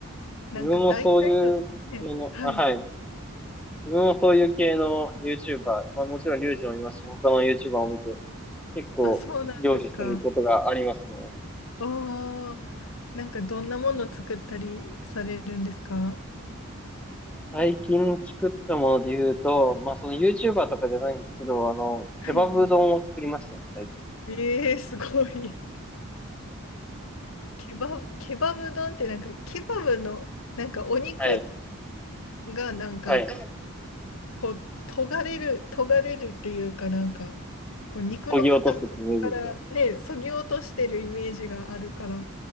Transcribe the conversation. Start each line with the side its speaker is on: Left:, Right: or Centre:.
Left: なんか大体の、
Centre: 自分もそういう系の、
Left: ね、はい。
Centre: あ、はい。自分もそういう系の YouTuber、まあもちろんリュウジもいますし、他の YouTuber を見て、結構料理することがありますね。
Left: あ、そうなんですか。ああ、なんかどんなもの作ったりされるんですか
Centre: 最近作ったもので言うと、まあその YouTuber とかじゃないんですけど、あの、
Left: はいはい。
Centre: ケバブ丼を作りましたね、最近。
Left: ええすごい。ケバブ、ケバブ丼ってなんか、ケバブの、なんかお肉
Centre: はい。
Left: がなんか、
Centre: はい。
Left: こう、とがれる、とがれるっていうかなんか、こう肉の塊
Centre: そぎ落とすってイメージですよね。
Left: からね、そぎ落としてるイメージがあるから、